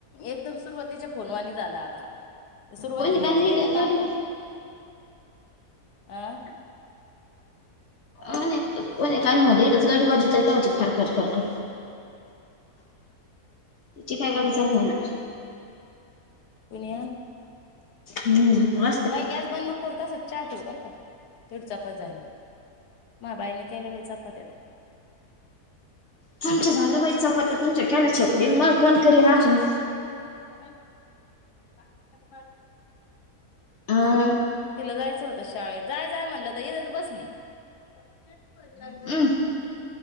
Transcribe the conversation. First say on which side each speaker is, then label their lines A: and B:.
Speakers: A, on the left; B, on the left.
A: एकदम सुरुवातीच्या फोनवानी झाला आता ते सुरुवातीला
B: कोणी
A: नव्हते
B: काय नाही इडच
A: केले का
B: गाडी
A: आपण आं
B: हो ना कोण आहे काय माहित इथेच गाडी वाजूतय कव्हाचीखार खर खरख. तिची काय
A: कुणी
B: गाडी चालू होय ना.
A: पुन <inaudible>
B: हम्म ब
A: बाई गॅस बंद नको करू तसाच चहा ठेव बरं. तेवढी चपात झाल्यावर म बाईने केल्या बाई चपात्या
B: तुमच्या झाले बाई चपात तुमच्या केला छपडीन माकोण करीन अजून
A: <inaudible>
B: अं
A: तिला जायचं होत शाळेत जाय जाय म्हणलं तर इथेच बसली. भ लाग म
B: हम्